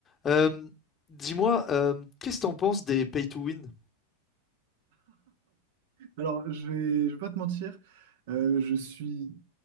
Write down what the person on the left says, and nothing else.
Euh, dis-moi, euh, qu'est-ce que t'en penses des pay to win?